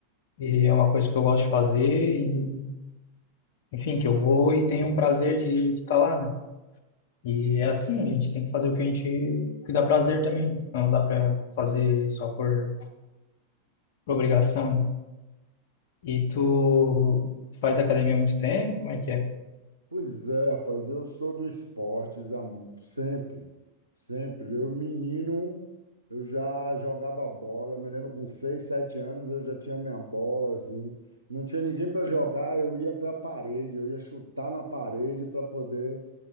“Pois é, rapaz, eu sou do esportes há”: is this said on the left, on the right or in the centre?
Right